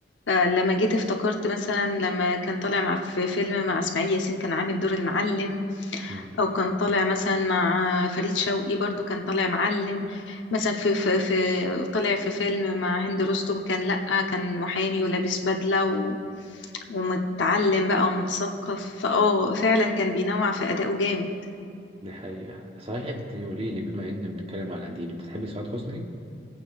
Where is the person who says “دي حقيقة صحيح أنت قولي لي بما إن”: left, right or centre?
Right